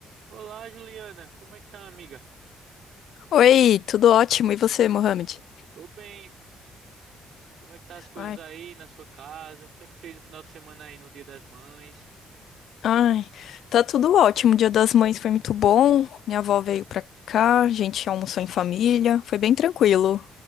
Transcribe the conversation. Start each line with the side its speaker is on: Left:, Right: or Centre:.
Right: Olá, Juliana. Como é que tá, amiga?
Left: Oi, tudo ótimo. E você, Mohamed?
Right: Tô bem. Como é que tá as coisas
Left: Ai,
Right: aí na sua casa? O que é que fez no final de semana aí no Dia das Mães?
Left: ai, tá tudo ótimo. O Dia das Mães foi muito bom. Minha avó veio pra cá, a gente almoçou em família. Foi bem tranquilo.